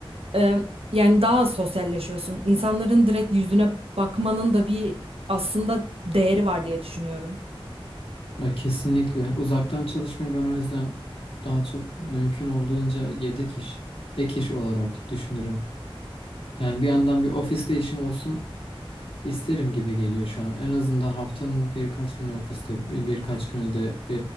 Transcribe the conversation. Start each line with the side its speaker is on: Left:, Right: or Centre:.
Right: E, yani daha az sosyalleşiyorsun. İnsanların direkt yüzüne bakmanın da bir aslında değeri var diye düşünüyorum.
Left: Ya kesinlikle uzaktan çalışmayı ben o yüzden daha çok mümkün olduğunca yedek iş, ek iş olarak düşünürüm. Yani bir yandan bir ofiste işim olsun isterim gibi geliyor şu an. En azından haftanın birkaç günü ofiste, bir- birkaç günü de e,